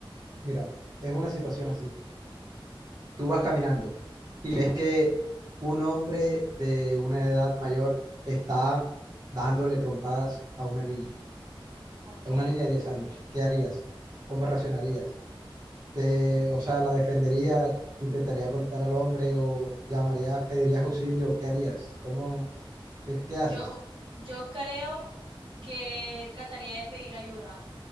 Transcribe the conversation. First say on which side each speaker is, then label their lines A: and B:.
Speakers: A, on the right; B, on the right.
A: mira, es una situación así. Tú vas caminando y es que un hombre de una edad mayor está dándole trompadas a una niña,
B: ¿ok?
A: a una niña de 10 años. ¿Qué harías? ¿Cómo reaccionarías? Te, o sea, ¿la defenderías? ¿Intentarías golpear al hombre o llamarías, pedirías auxilio? ¿Qué harías? ¿Cómo, qué, qué haces?
B: Yo, yo creo que trataría de pedir ayuda,